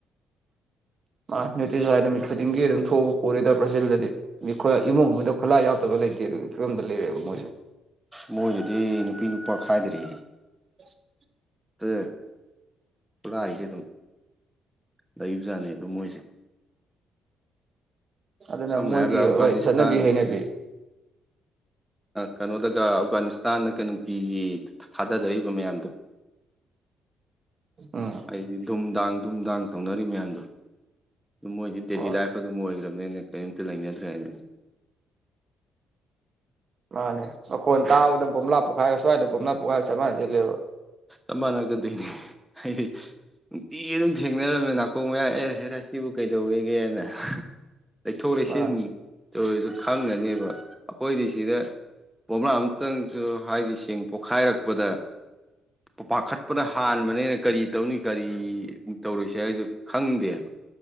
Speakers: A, on the right (about 45°); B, in the centre.
A: ꯑꯥꯢ ꯅꯨꯡꯇꯤ ꯖꯥꯏ ꯅꯨꯃꯤꯠ ꯈꯨꯗꯤꯡꯒꯤ ꯑꯗꯨꯝ ꯊꯣꯛꯑꯕ ꯄꯣꯠꯅꯤꯗ ꯕ꯭ꯔꯥꯖꯤꯜꯗꯗꯤ ꯃꯤꯈꯣꯏ ꯏꯃꯨꯡ ꯑꯃꯗ ꯈꯨꯠꯂꯥꯏ ꯌꯥꯎꯗꯕ ꯂꯩꯇꯦ ꯑꯗꯨꯒꯤ ꯐꯤꯕꯝꯗ ꯂꯩꯔꯦꯕ ꯃꯣꯏꯁꯨ
B: ꯃꯣꯏꯅꯗꯤ ꯅꯨꯄꯤ ꯅꯨꯞ ꯄ ꯈꯥꯏꯗ꯭ꯔꯦꯌꯦ
A: <unintelligible>
B: <unintelligible> ꯈꯨꯠꯂꯥꯏꯁꯦ ꯑꯗꯨꯝ ꯂꯩꯕꯖꯥꯠꯅꯤ ꯑꯗꯨꯝ ꯃꯣꯏꯁꯦ
A: ꯑꯗꯨꯅ
B: ꯁꯝꯅ
A: ꯃꯣꯏꯒꯤ
B: ꯍꯥꯏꯔꯕꯗ ꯑꯐꯒꯥꯅꯤꯁꯇꯥꯟ
A: ꯍꯣꯏ ꯆꯠꯅꯕꯤ ꯍꯩꯅꯕꯤ
B: ꯀꯩꯅꯣꯗꯒ ꯑꯐꯒꯥꯅꯤꯁꯇꯥꯟꯗ ꯀ ꯅꯨꯡꯇꯤꯒꯤ ꯊꯥꯗꯔꯛꯏꯕ ꯃꯌꯥꯝꯗꯣ
A: ꯑꯥ
B: ꯗꯩꯩꯗꯤ ꯗꯨꯝ ꯗꯥꯡ ꯗꯨꯝ ꯗꯥꯡ ꯇꯧꯅꯔꯤ ꯃꯌꯥꯝꯗꯣ ꯑꯗꯨꯝ ꯃꯣꯏꯗꯤ ꯗꯦꯂꯤ
A: ꯍꯣꯏ
B: ꯂꯥꯏꯐ ꯑꯗꯨꯝ ꯑꯣꯏꯒ꯭ꯔꯝꯅꯤꯅꯦ ꯀꯔꯤꯝꯇ ꯂꯩꯅꯗ꯭ꯔꯦ ꯍꯥꯏꯗꯨꯅꯤ
A: ꯃꯥꯅꯦ ꯃꯈꯣꯟ ꯇꯥꯕꯗ ꯕꯣꯝꯂꯥ ꯄꯣꯈꯥꯏꯕ ꯁ꯭ꯋꯥꯏꯗ ꯕꯣꯝꯕ꯭ꯂꯥ ꯄꯣꯛꯈꯥꯏꯕꯒꯥ ꯆꯞ ꯃꯥꯟꯅꯥꯖꯤꯜꯂꯛꯑꯦꯕꯥ
B: ꯆꯞ ꯃꯥꯟꯅꯒꯟꯗꯣꯏꯅꯦ ꯍꯥꯏꯗꯤ ꯅꯨꯡꯇꯤ ꯑꯗꯨꯝ ꯊꯦꯡꯅꯔꯝꯃꯦ ꯅꯥꯀꯣꯡ ꯃꯌꯥꯗ ꯑꯦ ꯍꯦꯔꯥ ꯁꯤꯕꯨ ꯀꯩꯗꯧꯋꯦꯒꯦꯅ ꯂꯩꯊꯣꯛ ꯂꯩꯁꯤꯟ
A: ꯃꯥꯅꯦ
B: ꯇꯧꯔꯤꯗꯣ ꯈꯪꯉꯝꯒꯅꯦꯕ ꯑꯩꯈꯣꯏꯗꯤ ꯁꯤꯗ ꯕꯣꯝꯕ꯭ꯂꯥ ꯈꯤꯇꯪꯁꯨ ꯍꯥꯏꯗꯤ ꯁꯦꯡ ꯄꯣꯛꯈꯥꯏꯔꯛꯄꯗ ꯄꯥ ꯄꯥꯈꯠꯄꯅ ꯍꯥꯟꯕꯅꯤꯅ ꯀꯔꯤ ꯇꯧꯅꯤ ꯀꯔꯤ ꯇꯧꯔꯣꯏꯁꯦ ꯍꯥꯏꯗꯨ ꯈꯪꯗꯦꯕ